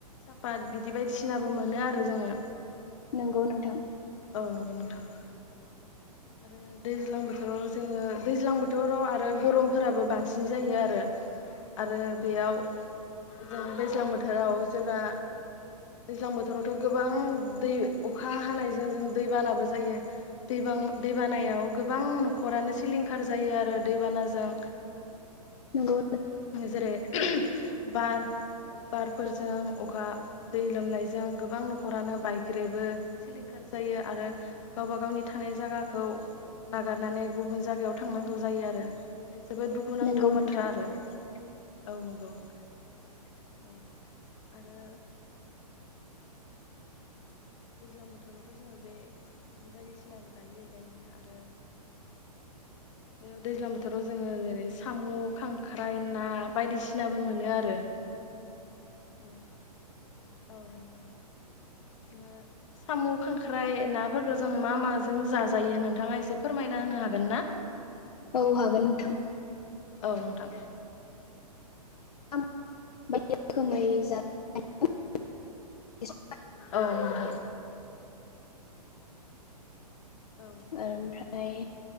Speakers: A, on the left; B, on the left.
A: सापात बिदि बायदिसिनाबो मोनो आरो जोङो
B: नोंगौ नोंथां
A: औ नंगौ नोंथां आरो दैज्लां बोथोराव जोङो दैज्लां बोथोराव आरो गरमफोराबो बांसिन जायो आरो आरो बेयाव जों दैज्लां बोथोराव जेब्ला दैज्लां बोथोरावथ' गोबां दै अखा हानायजों जों दैबानाबो जायो दैबा दैबानायाव गोबां न'खरानो सिलिंखार जायो आरो दैबानाजों
B: नंगौ
A: जेरै बार बारफोरजों अखा दै लोमनायजों गोबां न'खरानो बायग्रेबो सिलिंखार जायो आरो गावबा गावनि थानाय जायगा खौ नागारनानै गुबुन जायगायाव थांनांगौ जायो आरो बे जोबोद दुखुनांथाव
B: नंगौ
A: बाथ्रा
B: नोंथां
A: आरो औ नंगौ औ आरो दैज्लां बोथोरावथ' जोङो बे बायदिसिनाबो गायो गायनाया आरो बेयाव दैज्लां बोथोराव जोङो जेरै साम', खांख्राइ, ना बायदिसिनाबो मोनो आरो <inaudible> औ नंगौ साम' खांख्राइ नाफोरखौ जों मा माजों जाजायो जायो नोंथाङा एसे फोरमायना होनो हागोन ना?
B: औ हागोन नोंथां
A: औ नोंथां
B: <unintelligible>
A: औ नोंथां औ
B: ओमफ्राय ओमफ्राय